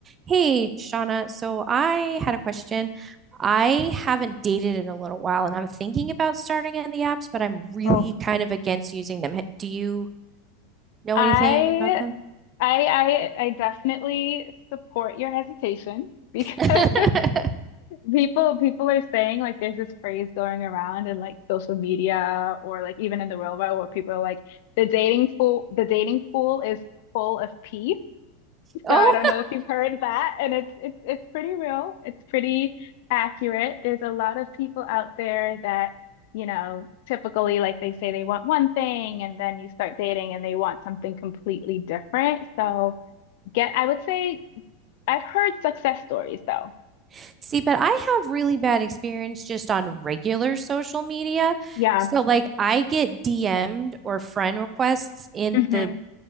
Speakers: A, on the right; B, on the left.
A: Hey, Shauna. So I had a question. I haven't dated in a little while and I'm thinking about starting it in the apps, but I'm really
B: Oh,
A: kind of against using them. Ha- Do you know
B: I
A: anything about them?
B: I I I definitely support your hesitation because
A: <laughs>
B: <laughs> people people are saying like there's this phrase going around in like social media or like even in the real world where people are like the dating pool the dating pool is full of pee
A: Oh,
B: So I don't know if you've heard that, and it's it's it's pretty real. It's pretty accurate. There's a lot of people out there that, you know, typically like they say they want one thing and then you start dating and they want something completely different. So get, I would say I've heard success stories though.
A: <laughs> see, but I have really bad experience just on regular social media.
B: Yeah.
A: So, like, I get DM'd or friend requests in
B: hmm
A: the